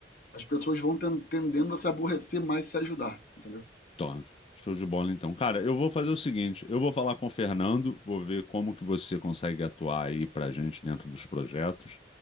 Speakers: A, on the left; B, on the left.
A: As pessoas vão ten- tendendo a se aborrecer mais e se ajudar, entendeu?
B: Tá, show de bola então. Cara, eu vou fazer o seguinte, eu vou falar com o Fernando, vou ver como que você consegue atuar aí pra gente dentro dos projetos,